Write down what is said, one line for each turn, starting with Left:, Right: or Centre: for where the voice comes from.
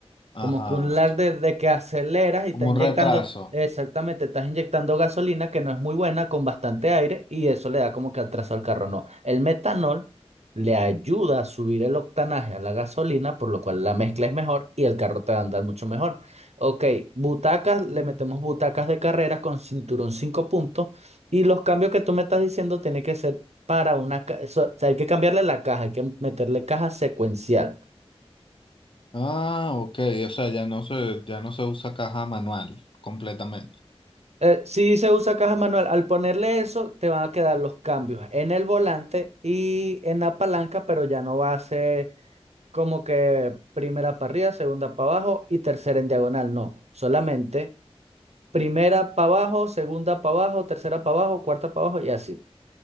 Right: como
Left: Ajá.
Right: que un lag de, de que aceleras y está
Left: Como
Right: inyectando,
Left: un retraso.
Right: exactamente, estás inyectando gasolina que no es muy buena con bastante aire y eso le da como que atraso al carro. No, el metanol le ayuda a subir el octanaje a la gasolina, por lo cual la mezcla es mejor y el carro te va a andar mucho mejor. Ok, butacas, le metemos butacas de carreras con cinturón 5 puntos y los cambios que tú me estás diciendo tienen que ser para una... ca- eso- o sea, hay que cambiarle la caja, hay que meterle caja secuencial.
Left: Ah, ok. O sea, ya no se, ya no se usa caja manual completamente.
Right: Eh, sí se usa caja manual. Al ponerle eso, te van a quedar los cambios en el volante y en la palanca, pero ya no va a ser como que primera para arriba, segunda para abajo y tercera en diagonal. No, solamente primera para abajo, segunda para abajo, tercera para abajo, cuarta para abajo y así.